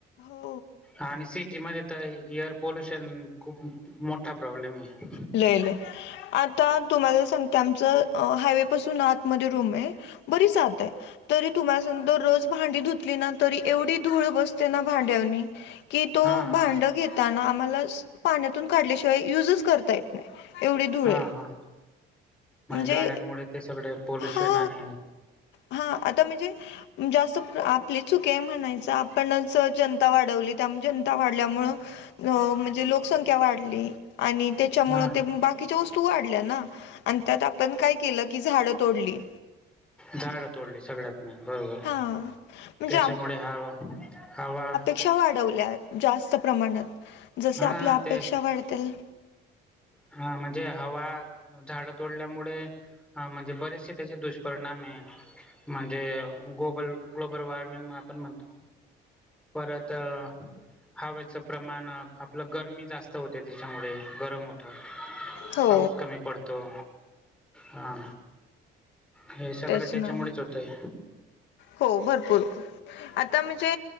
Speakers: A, on the left; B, in the centre.
A: हो.
B: आणि सिटीमध्ये तर एअर पॉल्युशन खूप मोठा प्रॉब्लेम आहे.
A: लय लय आता तुम्हाला सांगते आमचं हायवे पासून आतमध्ये रूम आहे बरी जात आहे तरी तुम्हा सांगतो भांडी धुत तली तरी एवढी धूळ बसते ना भांड्यानी की तो
B: हा हा
A: भांड घेत ताना आम्हालास पाण्यातून काढल्याशिवाय युजच करता येत नाही एवढी धुळ
B: हा
A: आहे.
B: हा
A: म्हणजे
B: गाड्यांमुळे ते सगळे पोल्युशन
A: हा
B: आणि
A: हा आता म्हणजे जास्त आपली चुकी आहे म्हणायचं आपणच जनता वाढवली त्याम जनता वाढल्यामुळं अ म्हणजे लोकसंख्या वाढली आणि त्याच्यामुळं
B: हा
A: ते बाकीच्या वस्तू वाढल्या ना आणि त्यात आपण काय केलं की झाडं तोडली.
B: झाडं तोडली सगळ्यात. नाही बरोबर
A: हां, म्हणजे
B: त्याच्यामुळे हवा हवा
A: क्षा वाढवल्या जास्त प्रमाणात जसे
B: हा
A: आपल्या अपेक्षा
B: ते
A: वाढतेल
B: हा म्हणजे हवा झाडं तोडल्यामुळे हा म्हणजे बरेचशे त्याचे दुष्परिणाम आहे म्हणजे गोबल ग्लोबल वॉर्मिंग म आपण म्हणतो परत हवेचं प्रमाणक आपलं गरमी जास् त होते त्याच्यामुळे गरम होत,
A: हो,
B: पाऊस कमी पड तो, हा हे सगड
A: तेच
B: त्याच्यामुळेच
A: ना.
B: होतंय.
A: हो भरपूर आता म्हणजे